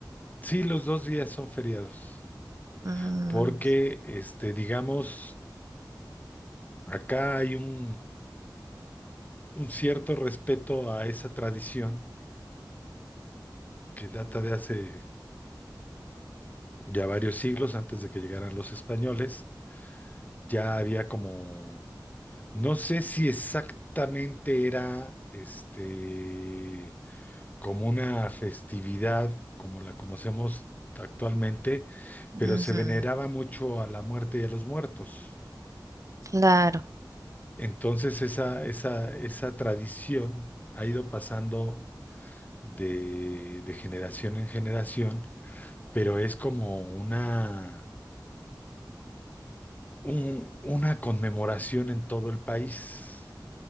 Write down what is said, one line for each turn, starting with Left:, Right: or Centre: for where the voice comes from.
Left: sí, los dos días son feriados.
Right: Mm,
Left: Porque, este, digamos, acá hay un, un cierto respeto a esa tradición que data de hace ya varios siglos antes de que llegaran los españoles. Ya había como No sé si exactamente era este como una festividad como la conocemos actualmente, pero
Right: ujú,
Left: se veneraba mucho a la muerte y a los muertos.
Right: claro.
Left: Entonces esa, esa, esa tradición ha ido pasando de, de generación en generación, pero es como una, un- una conmemoración en todo el país.